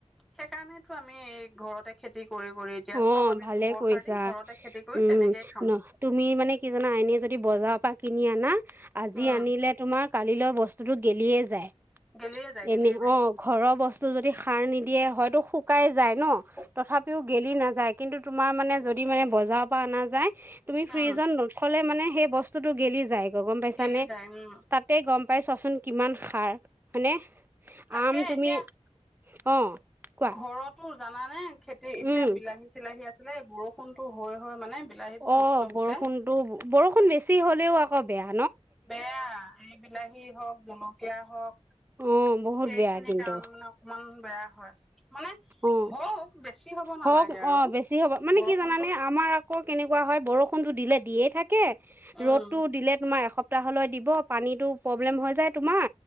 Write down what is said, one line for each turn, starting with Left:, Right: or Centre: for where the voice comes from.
Centre: সেইকাৰণেতো আমি ঘৰতে খেতি কৰি কৰি এতিয়া
Right: অ'
Centre: চব আমি
Right: ভালে
Centre: গোবৰ
Right: কৰিছা
Centre: সাৰ দি ঘৰতে খেতি কৰি
Right: উম
Centre: তেনেকেই খাওঁ
Right: ন তুমি মানে কি জানা এনে যদি বজাৰৰ পৰা কিনি আনা আজি
Centre: উম
Right: আনিলে তোমাৰ কালিলৈ বস্তুটো গেলিয়েই যায়।
Centre: গেলিয়ে যায় গেলিয়ে
Right: এনে
Centre: যায়
Right: অ ঘৰৰ বস্তু যদি সাৰ নিদিয়ে হয়তোু <unintelligible> যায় ন
Centre: অ
Right: তথাপিও যায় কিন্তু, তোমাৰ মানে যদি মানে বজাৰৰ পৰা অনা যায়। তুমি
Centre: উম
Right: ফ্ৰিজত নখলে মানে সেই বস্তুতটো গেলি যায়। গ গম পাইছ
Centre: গেলি
Right: নে
Centre: যায় উম
Right: তাতে গম পাইছোৱাচোন কিমান সাৰ হয়নে
Centre: তাকে
Right: আম তুমি
Centre: এতিয়া
Right: অ কোৱা
Centre: ঘৰতো যান মানে খেতি এতিয়া
Right: উম
Centre: বিলাহী-চিলাহী আছে। ছিলে বৰষুণতো হয় হয় মানে বিলাহীবোৰ
Right: অ
Centre: নষ্ট হৈছে
Right: বৰষুণতো বৰষুণ বেছি হলেও ক'বয়া
Centre: বেয়া এই বিলাহী হওক জলকীয়া হওক
Right: অ বহুত
Centre: এইেইখিনি
Right: বেয়া কিন্তু
Centre: কাৰণ মানে অকমান বেয়া হয় <unintelligible> মানে
Right: অ
Centre: হ বেছি হ'ব নালাগে
Right: হওক
Centre: আৰু
Right: অ', বেছি হ'ব মানে
Centre: বৰষুণতো
Right: কি জানানে আমাৰ আকৌ কেনেকুৱা হয় বৰষুণটো দিলে দিয়েই থাকে
Centre: উম
Right: ৰ'দতটো দিলে তোমাৰ এস্ত সুতাহলৈ দিব পানীতটো প্ৰব্লেম হৈ যায় তোমাৰ